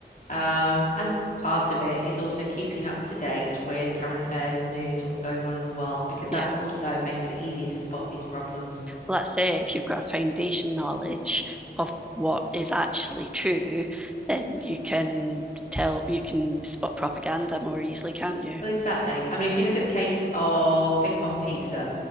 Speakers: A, on the left (about 45°); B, in the centre.
A: Um, and part of it is also keeping up to date with current affairs, the news, what's going on in the world, because
B: yeah.
A: that also makes it easier to spot these problems.
B: Well, that's it. If you've got a foundation knowledge of what is actually true, then you can tell, you can spot propaganda more easily, can't you?
A: Well, exactly. I mean, if you look at the case of Ping Pong Pizza,